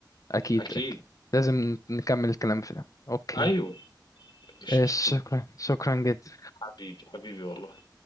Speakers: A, on the left (about 45°); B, on the left (about 70°).
A: أكيد
B: أكيد،
A: أكيد لازم نكمل الكلام في ده أوكي
B: أيوه، قشطة.
A: آه، شكرا شكرا جدا
B: حبيبي حبيبي والله